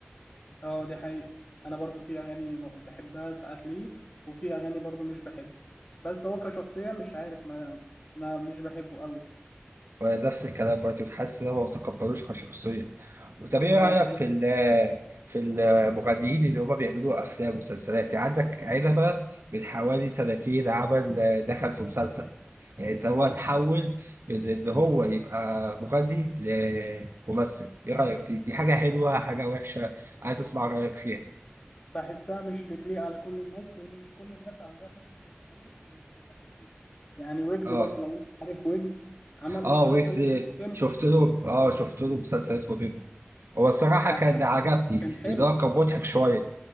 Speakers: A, on the left; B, on the right.
A: اه دي حقيقة انا برضو في اغاني م- بحبها ساعات ليه وفي اغاني برضو مش بحبها بس هو كشخصية مش عارف ما, ما مش بحبه قوي
B: ونفس الكلام برضه حاسس ان هم ما تقبلوش كشخصية وطب ايه
A: اه
B: رأيك
A: بحسه
B: في ال في المغنيين اللي هم بيعملوا أفلام ومسلسلات يعني عندك عنبة من حوالي سنتين عمل دخل في مسلسل يعني ده هو اتحول من إن هو يبقى مغني لممثل إيه رأيك دي, دي حاجة حلوة حاجة وحشة عايز أسمع رأيك فيها
A: بحسها مش بتليق على كل الناس لان مش كل الناس عندها فكرة القبول في التمثيل يعني ويجز
B: اه
A: برضو لو انت عارف ويجز عمل
B: اه
A: مسلسل
B: ويجز
A: اسمه بيمب
B: شفت له اه شفت له مسلسل اسمه بيب هو الصراحة
A: آه،
B: كان عجبني
A: كان حلو
B: لأن هو كان مضحك شوية